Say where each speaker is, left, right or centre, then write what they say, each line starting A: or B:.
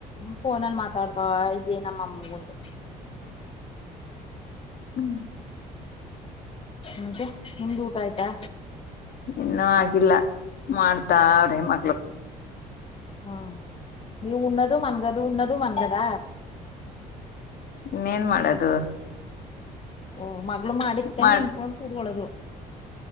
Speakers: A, on the left; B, on the left.
A: ಫೋನಲ್ಲಿ ಮಾತಾಡ್ತಾವ ಇದೇ ನಮ್ಮಮ್ಮ ಉಂಟು
B: ಹ್ಮ್
A: ಮತ್ತೆ ನಿಮ್ದು ಊಟ ಆಯ್ತಾ
B: ಇನ್ನುೂ ಆಗಿಲ್ಲ ಮಾಡ್ತಾರ್ರೇ ಮಗ್ಳು
A: ಹ್ಮ ನೀವು ಉಣ್ಣದು ಮನ್ಗದು ಉಣ್ಣದು ಮನ್ಗದ
B: ಇನ್ನೇನ್ ಮಾಡೋದು
A: ಹ ಮಗಳು ಮಾಡಿತ್ತಂಗ
B: ಮಾಡ್
A: ಉಂದ್ಕೊಂಡು ಕೂುದೊಳ್ಳೋದು